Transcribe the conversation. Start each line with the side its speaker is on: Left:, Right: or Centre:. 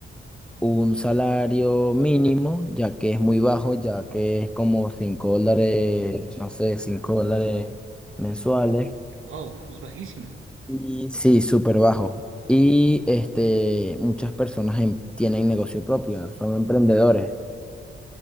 Centre: un salario mínimo, ya que es muy bajo, ya que es como 5 dólares, no sé, 5 dólares mensuales.
Right: Wow, es bajísimo.
Centre: Y sí, súper bajo. Y este, muchas personas em- tienen negocio propio, son emprendedores.